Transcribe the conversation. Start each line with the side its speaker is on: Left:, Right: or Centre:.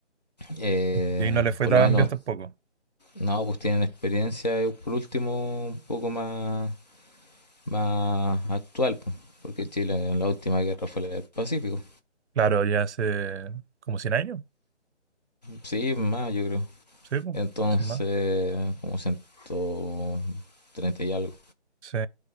Left: eh,
Right: Y ahí no le fue
Left: por
Right: tan
Left: lo menos,
Right: bien tampoco.
Left: no, pues tienen experiencia, eh, por último, un poco más, más actual, pues, porque Chile en la última guerra fue la del Pacífico.
Right: Claro, ya hace como 100 años,
Left: Sí, más, yo creo.
Right: sí, po,
Left: Entonces,
Right: sin más.
Left: como ciento treinta y algo.
Right: Sí.